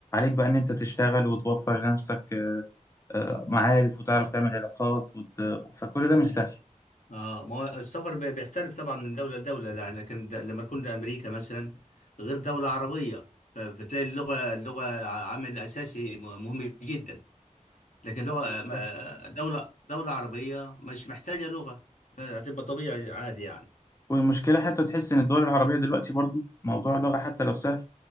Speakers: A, on the left; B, on the left.
A: بقى ان انت تشتغل وتوفر لنفسك آه، معارف وتعرف تعمل علاقات وت... فكل ده مش
B: اه
A: سهل
B: آه، ما هو السفر بي- بيختلف طبعا من دولة لدولة لا- لكن د- لما تكون لأمريكا مثلا غير دولة عربية ف- فتلاقي اللغة اللغة ع- عامل أساسي م- مهم جدا لكن لغة
A: بالظبط
B: ما- دولة دولة عربية مش محتاجة لغة هتبقى طبيعي عادي يعني
A: والمشكلة حتى تحس إن الدول العربية دلوقتي برضو موضوع اللغة حتى لو سهل